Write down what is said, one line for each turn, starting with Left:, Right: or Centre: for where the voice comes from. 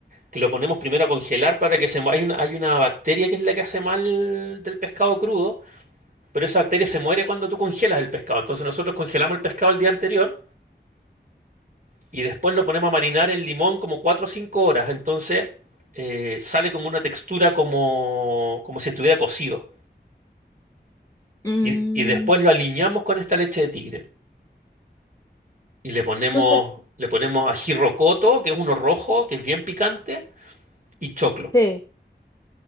Right: que lo ponemos primero a congelar para que se... mu- Hay una, hay una bacteria que es la que hace mal del pescado crudo, pero esa bacteria se muere cuando tú congelas el pescado. Entonces nosotros congelamos el pescado el día anterior y después lo ponemos a marinar en limón como 4 o 5 horas. Entonces eh, sale como una textura como, como si estuviera cocido.
Left: Mm,
Right: Y, y después lo aliñamos con esta leche de tigre. Y le ponemos,
Left: tú sabes,
Right: le ponemos ají rocoto, que es uno rojo, que es bien picante, y choclo.
Left: sí.